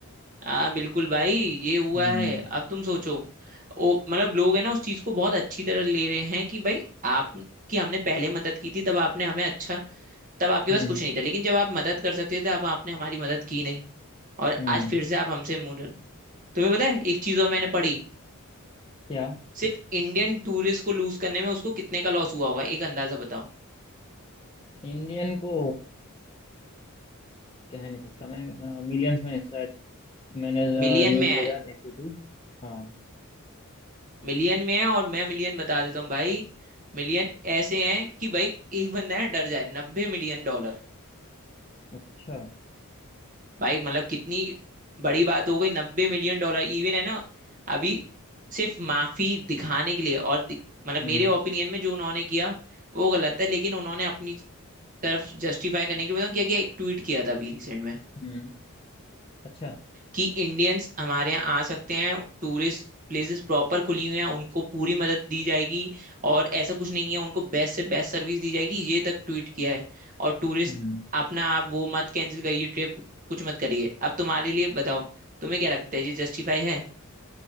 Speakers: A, on the right (about 35°); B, on the left (about 25°).
A: हाँ बिल्कुल भाई ये हुआ
B: हम्म
A: है अब तुम सोचो ओ मतलब लोग है ना उस चीज को बहुत अच्छी तरह ले रहे हैं कि भाई आपकी हमने पहले मदद की थी तब आपने हमें अच्छा तब आपके
B: हम्म
A: पास कुछ नहीं था लेकिन जब आप मदद कर सकते थे अब आपने हमारी मदद की नहीं और
B: हम्म
A: आज फिर से आप हमसे मुंह रहे- तुम्हें पता है एक चीज और मैंने पढ़ी
B: क्या
A: सिर्फ इंडियन टूरिस्ट को लूज करने में उसको कितने का लॉस हुआ होगा एक अंदाजा बताओ
B: इंडियन को कह नहीं सकता मैं मिलियंस में शायद मैंने
A: मिलियन
B: न्यूज़
A: में है
B: वगैरह देखी थी हाँ
A: मिलियन में है और मैं मिलियन बता देता हूँ भाई मिलियन ऐसे हैं कि भाई एक बंदा है डर जाए नब्बे मिलियन डॉलर
B: अच्छा
A: भाई मतलब कितनी बड़ी बात हो गई नब्बे मिलियन डॉलर इवन है ना अभी सिर्फ माफी दिखाने के लिए और दि- मतलब
B: हम्म
A: मेरे ओपिनियन में जो उन्होंने किया वो गलत है लेकिन उन्होंने अपनी तरफ जस्टिफाई करने के लिए बताऊं क्या किया एक ट्वीट किया था अभी रिसेंट में
B: हम्म अच्छा
A: कि इंडियंस हमारे यहाँ आ सकते हैं टूरिस्ट प्लेसेस प्रॉपर खुली हुई हैं उनको पूरी मदद दी जाएगी और ऐसा कुछ नहीं है उनको बेस्ट से बेस्ट सर्विस दी जाएगी ये तक ट्वीट किया है और टूरिस्ट
B: हम्म
A: अपना आप वो मत कैंसिल करिए ट्रिप कुछ मत करिए अब तुम्हारे लिए बताओ तुम्हें क्या लगता है ये जस्टिफाई है